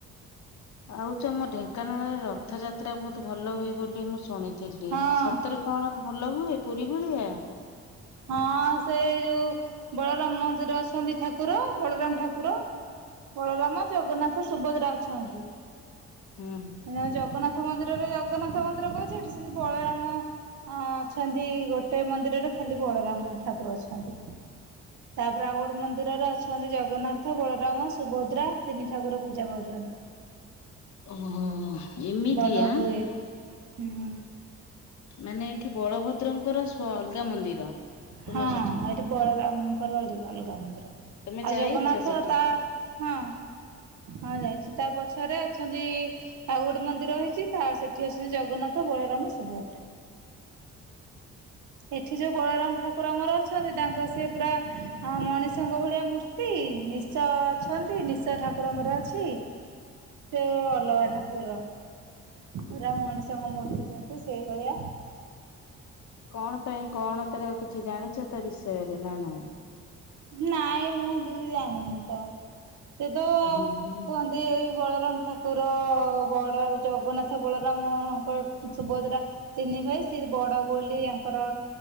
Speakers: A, on the left (about 65°); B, on the right (about 75°).
A: ଆଉ ତମ ଢେଙ୍କାନାଳରେ ରଥଯାତ୍ରା ସତରେ ବହୁତ ଭଲ ହୁଏ ବୋଲି ମୁଁ ଶୁଣିଥିଲି
B: ହଁ
A: ସତରେ କଣ ଭଲ ହୁଏ ପୁରୀ ଭଳିଆ
B: ହଁ ସେ ଯୋଉ ବଳରାମ ମନ୍ଦିର ଅଛନ୍ତି ଠାକୁର ବଳରାମ ଠାକୁର ବଳରାମ ଜଗନ୍ନାଥ ସୁଭଦ୍ରା ଅଛ ଥାନ୍ତି।
A: ହୁଁ
B: ମ ଜଗନ୍ନାଥ ମନ୍ଦିରରେ ଜଗନ୍ନାଥ ମନ୍ଦିର କହୁଛି ଏଠି ସେମତି ବଳରାମ ଅ ଅଛନ୍ତି ଗୋଟେ ମନ୍ଦିରରେ ଖାଲି ବଳରାମ ଠାକୁର ଅଛନ୍ତି। ତାପରେ ଆଉ ଗୋଟେ ମନ୍ଦିରରେ ଅଛନ୍ତି ଜଗନ୍ନାଥ ସେ ବଳରାମ ସୁଭଦ୍ରା ତିନି ଠାକୁର ପୂଜା ପାଉଛନ୍ତି
A: ଓହୋ ଏମିତିଆ
B: ଭଲ ହୁଏ। ହୁଁ।
A: ମାନେ ଏଠି ବଳଭଦ୍ର ଙ୍କର ସୁ ଅଲଗା ମନ୍ଦିର। ତୁମ
B: ହଁ
A: ସେଠି
B: ଏଠି ବଳରାମଙ୍କର ଅଲଗା ଅଲଗା ମନ୍ଦିର
A: ତମେ
B: ଆଉ
A: ଯାଇଛ
B: ଜଗନ୍ନାଥ
A: ସେଠିକି?
B: ତା ହଁ ହଁ ଯାଇଛି ତା ପଛରେ ଅଛନ୍ତି ଆଉ ଗୋଟେ ମନ୍ଦିର ହେଇଛି ତା ସେଠି ଅଛନ୍ତି ଜଗନ୍ନାଥ ବଳରାମ ସୁଭଦ୍ରା। ଏଠି ଯୋଉ ବଳରାମ ଠାକୁର ଆମର ଅଛନ୍ତି ତାଙ୍କ ସେ ପୁରା ମଣିଷଙ୍କ ଭଳିଆ ମୂର୍ତ୍ତି ନିଶ ଅଛନ୍ତି ନିଶ ଠାକୁରଙ୍କର ଅଛି ସେ ଅଲଗା ଠାକୁର ପୁରା ମଣିଷଙ୍କ ମୂର୍ତ୍ତି ଯେମତି ସେଇ ଭଳିଆ।
A: କଣ ପାଇଁ କଣ ତାର କିଛି ଜାଣିଛ ତା ବିଷୟରେ ନା ନାଇଁ?
B: ନାଇଁ ମୁଁ ସେମିତି କିଛି ଯାଣିନି ତ। ସେ ତ
A: ହୁଁ ହୁଁ।
B: କୁହନ୍ତି ଏଇ ବଳରାମ ଠାକୁର ବଡ ଜଗନ୍ନାଥ ବଳରାମଙ୍କ ସୁଭଦ୍ରା ତିନି ଭାଇ ସିଏ ବଡ ବୋଲି ଆଙ୍କର